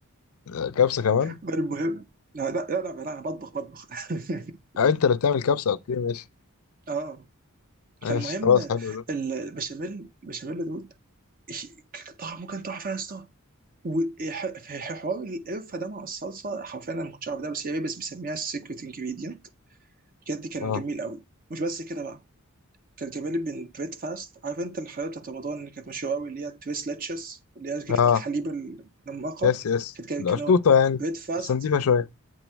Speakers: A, on the left; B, on the right.
A: آه، كبسه كمان
B: بل المهم لا لا لا لا, لا انا بطبخ بطبخ <laughs>
A: آه انت اللي بتعمل كبسه اوكي ماشي
B: اه
A: ماشي
B: فالمهم
A: خلاص حلو ده
B: ال- البشاميل البشاميل دوت إيش- طعمه كان تحفه يا اسطى وحوار القرفه ده مع الصلصه حرفيا انا ما كنتش عارف ده بس هي بس بيسميها السيكريت انجريدينت بجد كان
A: اه
B: جميل قوي مش بس كده بقى كان جميل بالبريد فاست عارف انت الحلويات بتاعت رمضان اللي كانت مشهوره قوي اللي هي التريس لاتشس اللي هي كيكه
A: اه
B: الحليب المنمقه
A: يس يس
B: كانت
A: القشطوطه
B: كانوا
A: يعني
B: بريد فاست
A: بس نضيفه شويه